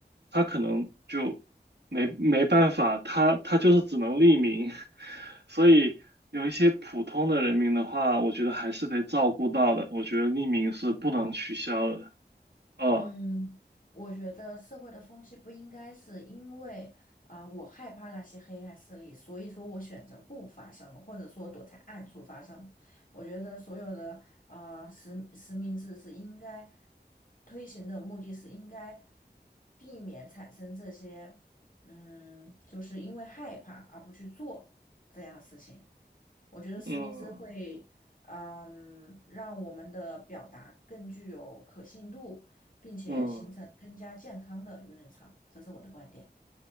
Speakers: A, on the right; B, on the left.
A: 他可能就。没没办法，他他就是只能匿名，<laughs> 所以有一些普通的人民的话，我觉得还是得照顾到的。我觉得匿名是不能取消的。哦，
B: 嗯，我觉得社会的风气不应该是因为啊、我害怕那些黑暗势力，所以说我选择不发声，或者说躲在暗处发声。我觉得所有的啊、实实名制是应该推行的目的是应该避免产生这些，嗯，就是因为害怕而不去做这样的事情。我觉得实名制会，
A: 嗯
B: 嗯，让我们的表达更具有可信度，并且形成更加健康的舆论场，
A: 嗯。
B: 这是我的观点。